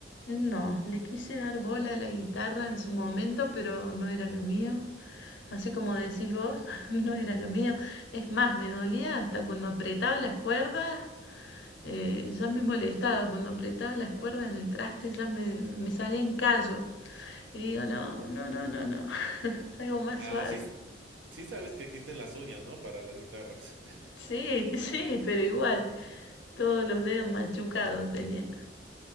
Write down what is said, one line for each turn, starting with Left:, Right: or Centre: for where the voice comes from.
Left: No, le quise dar bola a la guitarra en su momento, pero no era lo mío. Así como decís vos, <laughs> no era lo mío. Es más, me dolía hasta cuando apretaba las cuerdas. eh, ya me molestaba cuando apretaba las cuerdas en el traste, ya me, me salía en callo. Y digo, no,
Right: Uh.
Left: no, no, no, no. <laughs> Algo más
Right: Ah,
Left: suave.
Right: sí, sí sabes que existen las uñas, ¿no? Para las guitarras. <laughs>
Left: Sí, <laughs> sí, pero igual. Todos los dedos machucados tenía.